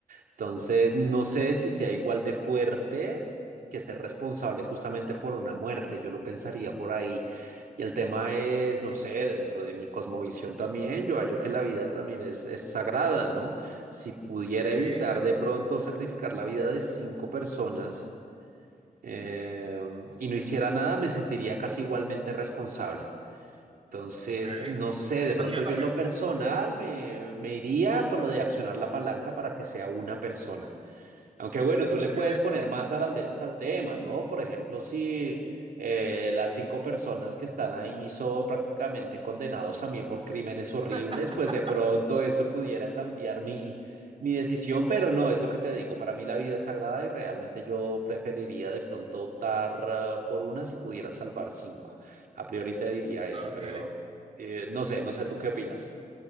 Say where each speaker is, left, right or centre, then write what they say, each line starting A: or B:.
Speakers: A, on the right; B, on the right.
A: Entonces, no sé si sea igual de fuerte que ser responsable justamente por una muerte, yo lo pensaría por ahí. Y el tema es, no sé, dentro de mi cosmovisión también, yo hallo que la vida también es, es sagrada, ¿no? Si pudiera
B: Sí,
A: evitar de pronto sacrificar la vida de cinco personas eh, y no hiciera nada, me sentiría casi igualmente responsable. Entonces,
B: <laughs> ok.
A: no sé,
B: Yo,
A: de pronto
B: ta- yo
A: yo
B: también.
A: en lo personal me, me iría con lo de accionar la palanca para que sea una persona. Aunque bueno, tú
B: Ok,
A: le puedes poner más arandelas al tema, ¿no? Por ejemplo, si eh, las cinco personas que están ahí son prácticamente condenados también por crímenes horribles,
B: <laughs>
A: pues de pronto eso pudiera cambiar mi, mi decisión, pero no, es lo que te digo, para mí la vida es sagrada y realmente yo preferiría de pronto optar eh, por una si pudiera salvar cinco. A priori te diría eso,
B: ok.
A: pero eh, no sé, no sé tú qué opinas.